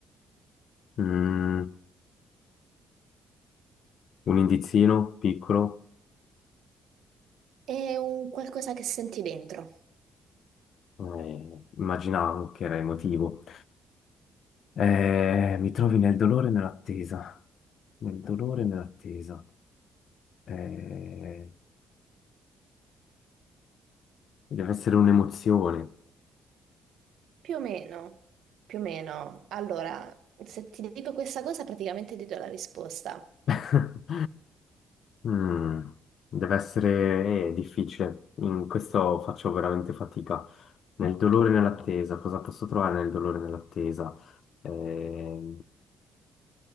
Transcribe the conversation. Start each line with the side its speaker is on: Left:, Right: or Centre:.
Left: Mm, Un indizino piccolo.
Right: È un qualcosa che senti dentro.
Left: Eh, immaginavo che era emotivo. Eh, mi trovi nel dolore e nell'attesa, nel dolore e nell'attesa. Eh, deve essere un'emozione.
Right: Più o meno, più o meno. Allora, se ti dico questa cosa, praticamente ti do la risposta.
Left: <laughs> Mm, deve essere, eh, difficile. In questo faccio veramente fatica. Nel dolore e nell'attesa, cosa posso trovare nel dolore e nell'attesa? Eh,